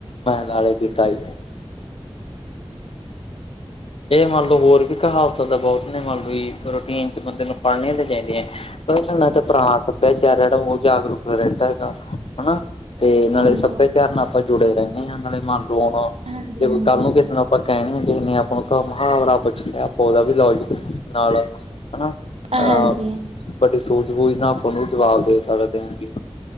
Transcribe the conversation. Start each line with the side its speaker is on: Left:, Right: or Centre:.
Left: ਮੈਂ ਲਾਲੇ ਦੀ ਤਾਇ ਇਹ ਮੰਨ ਲਓ ਹੋਰ ਵੀ ਕਹਾਵਤਾਂ ਤਾਂ ਬਹੁਤ ਨੇ ਮੰਨ ਲਓ ਵੀ ਰੂਟੀਨ ਚ ਬੰਦੇ ਨੂੰ ਪੜ੍ਹਨੀਆਂ ਤੇ ਚਾਹੀਦੀਆਂ ਤਾਂ ਪੁਰਾਣਾ ਸੱਭਿਆਚਾਰ ਜਿਹੜਾ ਉਹ ਜਾਗਰੂਕ ਰਹਿੰਦਾ ਹੈਗਾ ਹਨਾ ਤੇ ਨਾਲੇ
Right: ਹਾਂਜੀ।
Left: ਸੱਭਿਆਚਾਰ ਨਾਲ ਆਪਾਂ ਜੁੜੇ ਰਹਿੰਦੇ ਹਾਂ ਨਾਲੇ ਮੰਨ ਲਓ ਹੁਣ
Right: ਹਾਂਜੀ-ਹਾਂਜੀ।
Left: ਜੇ ਕੋਈ ਕੱਲ ਨੂੰ ਕਿਸੇ ਨਾਲ ਆਪਾਂ ਕਹਿਣੀ ਆ ਕਿਸੇ ਨੇ ਆਪਾਂ ਨੂੰ ਮਹਾਵਰਾ ਪੁੱਛ ਲਿਆ ਆਪਾਂ ਉਹਦਾ ਵੀ ਲਓ ਜ ਨਾਲ ਹਨਾ
Right: ਹਾਂਜੀ,
Left: ਅਹ ਵਡੀ ਸੂਝ ਬੂਝ ਨਾਲ ਆਪੂੰ ਜਵਾਬ ਦੇ ਸਕਦੇ ਹਾਂਗੇ